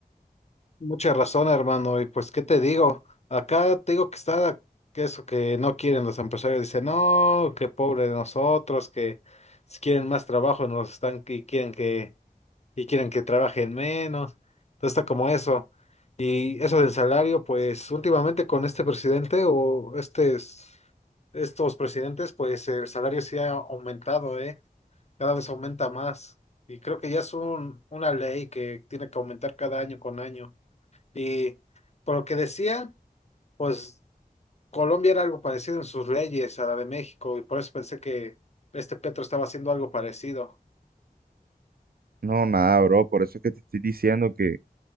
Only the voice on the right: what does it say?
No, nada, bro. Por eso es que te estoy diciendo que,